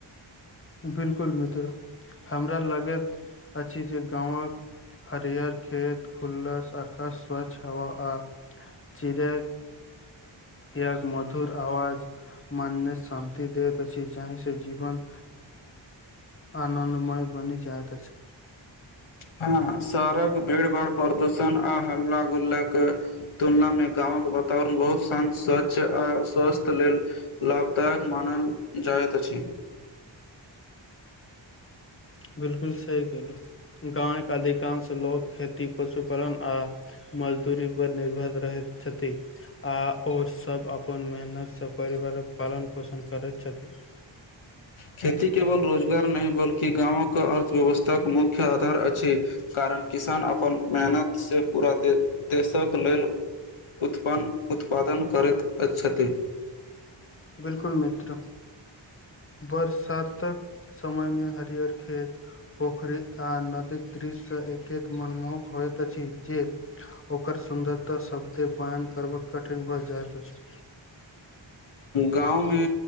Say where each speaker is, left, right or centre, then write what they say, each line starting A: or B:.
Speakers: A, on the left (about 25°); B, on the left (about 85°).
A: बिल्कुल मित्र हमरा लगैत अछि जे गांवक हरियर खेत खुल्लस आकाश स्वच्छ हवा आ चिरे इक मधुर आवाज मानने शांति देैत अछि जाहि से जीवन आनन्दमय बनि जाइत अछि
B: हँ शहड़क भीड़ भाड़ प्रदूषण आ हल्ला गुल्लाक तुलनामे गामक वातावरण बहुत शान्त स्वच्छ आ स्वास्थ लेल लाभदायक मानल जाय करैत अछि
A: <unintelligible> बिल्कुल सही केहलौं गाँव के अधिकांश लोक खेती पशुपालन आ मजदूरी पर निर्भर रहैत छथि आ ओर सब अपन मेहनत से परिवार करक पालन पोषण करैत छथि
B: खेती केवल रोजगार नहि बल्कि गाँवक अर्थव्यवस्थाक मुख्य आधार अछि कारण किसान अपन मेहनत से पूरा दे देशक लेल उत्पन्न उत्पादन करैत छथि
A: बिल्कुल मित्र बरसातक समय मे हरियर खेत पोखरी आ नदीक दृश्यसँ एकैत मनमोहक होइत अछि जे ओकर सुन्दरता शब्दे वायान करबक कठिन भऽ जाइत अछि
B: गाँव मे